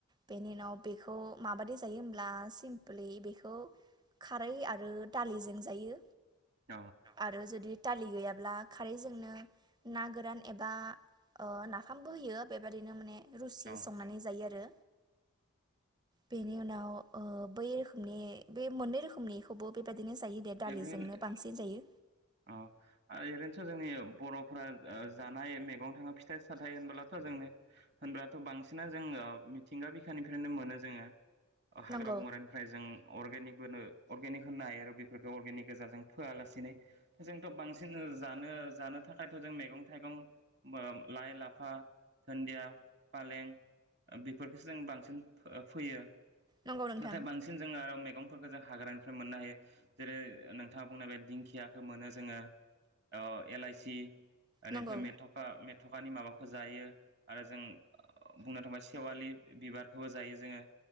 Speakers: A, on the right; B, on the right.
A: बेनि उनाव बेखौ माबादि जायो होमब्ला सिमपोलै बेखौ खारै आरो दालिजों जायो
B: औ
A: आरो जुदि दालि गैयाब्ला खारैजोंनो ना गोरान एबा नाफामबो होयो बिबादिनो माने रुसि
B: औ
A: संनानै जायो आरो बेनि उनाव बै रोखोमनि बे मोननै रोखोमनिखौबो बेबादि बिदिनो जायो दे दालिजोंनो
B: ओरैनो
A: बांसिन जायो
B: अ ओरैनोथ' जोंनि बर'फोरा जानाय मैगं थाङो फिथाइ साथाय होनबोब्लाथ' जोंनो होनब्लाथ' बांसिना जोङो मिथिंगा बिखानिफ्रायनो मोनो जोङो हाग्रा
A: नंगौ
B: बंग्रानिफ्राय जों अर्गेनिक बोनो अर्गेनिक होनो हायो आरो बेफ फोरखौ अर्गेनिक गोजाजों फोआलासिनो जोंथ' बांसिन जानो जानो थाखायथ' जों मैगं थाइगं लाइ लाफा धोन्दिया फालें बेफोरखौसो जों बांसिन फैयो
A: नंगौ नोंथां
B: नाथाय बांसिन जोंङो आरो मैगंफोरखौ जों हाग्रानिफ्राय मोननो हायो। नोंथाङा बुंनाय बे दिंखियाखौ मोनो जोङो ओ एलाइसि बेनिफ्राय
A: नंगौ
B: मेथखा मेथ'कानि माबा जायो आरो जों बुंनो थांबा सेवालि बिबारखौबो जायो जोङो